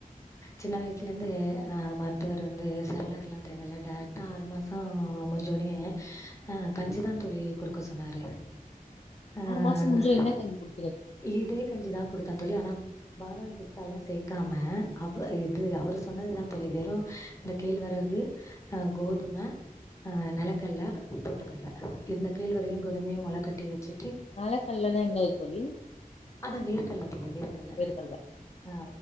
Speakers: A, on the left; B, on the left.
A: சின்ன வயசுல இருந்து அ மருத்துவர் வந்து சர்லாக்கு லா தேவல்ல டேரெக்டா ஆறு மாச முடுஞ்சோனே அ கஞ்சிதா தோழி குடுக்க சொன்னாரு ஆ.
B: ஆறு மாசம் முடிஞ்சா என்ன கஞ்சி கொடு
A: இதே கஞ்சிதா குடுத்தேன் தோழி ஆனா பாதாம் பிஸ்தால்லா சேக்காம அவ் இது அவரு சொன்னதுதான் தோழி வெறும் இந்த கேழ்வரகு அ கோதும அ நெலக்கல்ல பொட்டுக்கல்ல இந்த கேழ்வரகையும் கோதுமையும் மொள கட்டி வச்சு
B: நெலக்கல்லனா என்னது தோழி
A: அது வேர்க்கல்ல தோழி வேர்க்கல்ல
B: வேர்கல்ல
A: ஆ